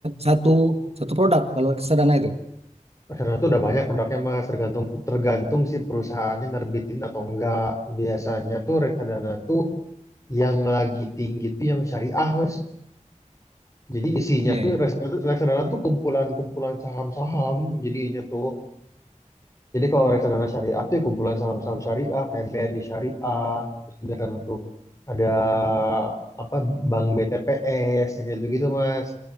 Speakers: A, on the right; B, on the left.
A: satu satu produk kalau kesadaran itu.
B: reksadana itu udah banyak produknya mas, tergantung tergantung si perusahaannya nerbitin atau enggak. Biasanya tuh reksadana tuh yang lagi tinggi tuh yang syariah mas. Jadi isinya
A: Iya
B: tuh
A: ya.
B: reksadana, reksadana tuh kumpulan-kumpulan saham-saham jadinya tuh. Jadi kalau reksadana syariah tuh ya kumpulan saham-saham syariah kayak BRI Syariah, terus udah kan tuh ada apa Bank BTPS yang kayak gitu-gitu Mas.